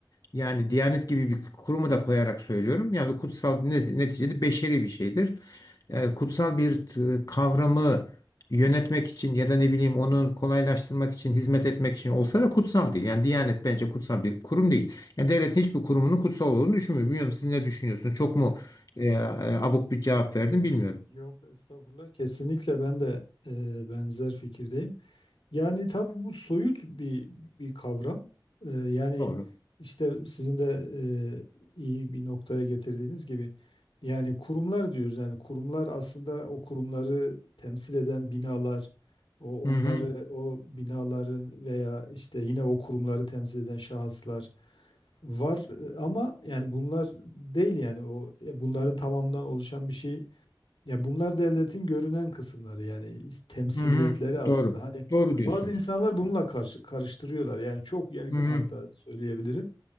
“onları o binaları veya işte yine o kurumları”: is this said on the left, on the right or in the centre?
Left